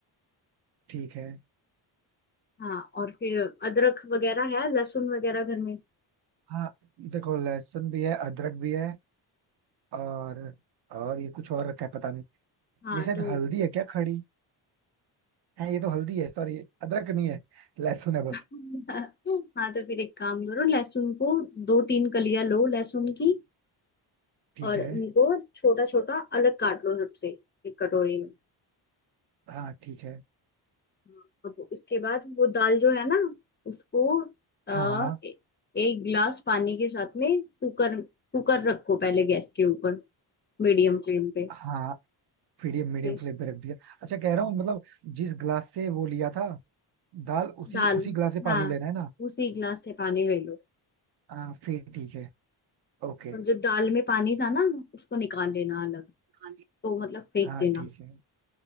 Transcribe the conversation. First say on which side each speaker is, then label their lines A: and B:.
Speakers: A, on the right; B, on the left.
A: ठीक है
B: हाँ और फिर अदरक वगैरह है लहसुन वगैरह घर में
A: हाँ देखो लहसुन भी है अदरक भी है और और ये कुछ और रखा है पता नहीं
B: हाँ
A: ये शायद
B: तो
A: हल्दी है क्या खड़ी है ये तो हल्दी है सॉरी अदरक नहीं है लहसुन है
B: <laughs>
A: बस
B: हाँ तो फिर एक काम करो लहसुन को दो तीन कलियां लो लहसुन की
A: ठीक
B: और
A: है
B: उनको छोटा छोटा अलग काट लो सबसे एक कटोरी में
A: हाँ ठीक है
B: हाँ, अब इसके बाद वो दाल जो है ना उसको आ,
A: हाँ हाँ
B: ए, एक गिलास पानी के साथ में कुकर कुकर रखो पहले गैस के ऊपर मीडियम फ्लेम पे
A: हाँ मीडियम मीडियम
B: फिर उस-
A: फ्लेम पे रख दिया अच्छा कह रहा हूँ मतलब जिस ग्लास से वो लिया था दाल उसी
B: दाल
A: उसी ग्लास से पानी
B: हाँ
A: लेना है ना
B: उसी गिलास से पानी ले लो
A: हाँ फिर ठीक है ओके
B: और जो दाल में पानी था ना उसको निकाल लेना अलग
A: हाँ जी।
B: तो मतलब फेंक
A: हाँ
B: देना
A: ठीक है